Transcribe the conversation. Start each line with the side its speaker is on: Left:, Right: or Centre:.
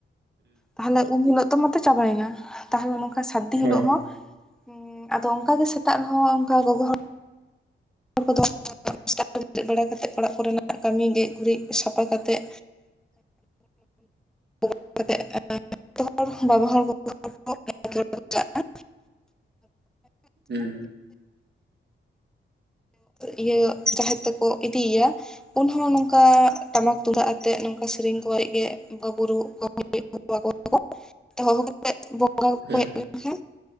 Centre: ᱛᱟᱦᱚᱞᱮ ᱩᱱ ᱦᱤᱞᱳᱜ ᱛᱚ ᱢᱟᱛᱚ ᱪᱟᱵᱟᱭᱱᱟ ᱛᱟᱦᱚᱞᱮ ᱥᱟᱹᱨᱫᱤ
Right: ᱦᱮᱸ
Centre: ᱦᱤᱞᱳᱜ ᱦᱚᱸ ᱩᱸ ᱟᱫᱚ ᱚᱝᱠᱟ ᱜᱮ ᱥᱮᱛᱟᱜ ᱨᱮᱦᱚᱸ ᱚᱱᱠᱟ ᱜᱚᱜᱚ ᱦᱚᱲ ᱦᱚᱲ ᱠᱚᱫᱚ <unintelligible> ᱚᱲᱟᱜ ᱠᱚᱨᱮᱱᱟᱜ ᱠᱟᱹᱢᱤ ᱜᱮᱡ ᱜᱩᱨᱤᱡ ᱥᱟᱯᱷᱟ ᱠᱟᱛᱮᱫ <unintelligible> ᱠᱟᱛᱮᱫ <unintelligible> ᱦᱚᱲ ᱵᱟᱵᱟ ᱦᱚᱲ ᱜᱚᱜᱚ ᱦᱚᱲ <unintelligible>
Right: ᱦᱩᱸ
Centre: ᱤᱭᱟᱹ ᱡᱟᱦᱮᱨ ᱛᱮᱠᱚ ᱤᱫᱤᱭ ᱭᱟ᱾ ᱩᱱ ᱦᱚᱸ ᱱᱚᱝᱠᱟ ᱴᱟᱢᱟᱠ ᱛᱩᱢᱫᱟᱜ ᱟᱛᱮᱜ ᱱᱚᱝᱠᱟ ᱥᱮᱨᱮᱧ ᱠᱚ ᱜᱮ ᱵᱚᱸᱜᱟ ᱵᱩᱨᱩ ᱠᱚ <unintelligible> ᱛᱚ <unintelligible> ᱦᱚᱦᱚ ᱠᱟᱛᱮᱫ ᱵᱚᱸᱜᱟ ᱠᱚᱠᱚ
Right: ᱦᱮᱸ
Centre: ᱦᱮᱡ ᱞᱮᱱᱠᱷᱟᱱ